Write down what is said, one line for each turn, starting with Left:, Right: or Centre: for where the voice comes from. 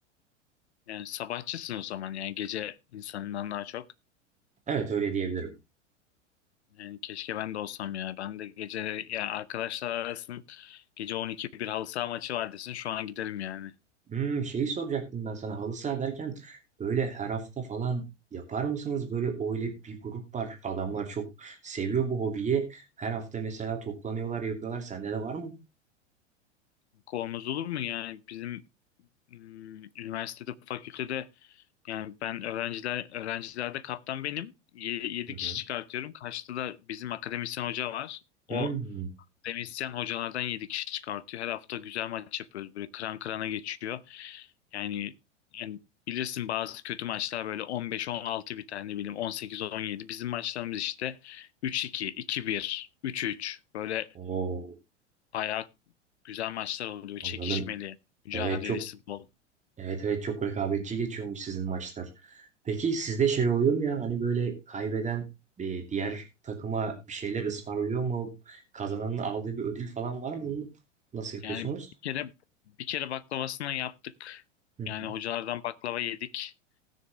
Left: Yani sabahçısın o zaman yani gece insanından daha çok.
Right: Evet öyle diyebilirim.
Left: Yani keşke ben de olsam ya. Ben de gece ya arkadaşlar arasın gece 12 bir halı saha maçı var desin. Şu an giderim yani.
Right: Hmm, şeyi soracaktım ben sana halı saha derken böyle her hafta falan yapar mısınız? Böyle öyle bir grup var adamlar çok seviyor bu hobiyi. Her hafta mesela toplanıyorlar yapıyorlar. Sende de var mı?
Left: Olmaz olur mu yani bizim mm, üniversitede fakültede yani ben öğrenciler öğrencilerde kaptan benim. Yedi
Right: Hı hı.
Left: kişi çıkartıyorum. Karşıda da bizim akademisyen hoca var. O
Right: Hmm.
Left: Demisyen hocalardan 7 kişi çıkartıyor. Her hafta güzel maç yapıyoruz. Böyle kıran kırana geçiyor. Yani, yani bilirsin bazı kötü maçlar böyle 15-16 biter ne bileyim on sekiz on yedi. Bizim maçlarımız işte üç iki iki bir üç üç böyle
Right: Oo,
Left: bayağı güzel maçlar oluyor.
Right: anladım.
Left: Çekişmeli, mücadelesi
Right: Evet çok
Left: bol.
Right: evet evet çok rekabetçi geçiyormuş sizin maçlar. Peki sizde şey oluyor mu ya hani böyle kaybeden e, diğer takıma bir şeyler ısmarlıyor mu? Kazananın aldığı bir ödül falan var mı? bunu nasıl yapıyorsunuz?
Left: Yani bir kere bir kere baklavasını yaptık.
Right: Hı hı.
Left: Yani hocalardan baklava yedik.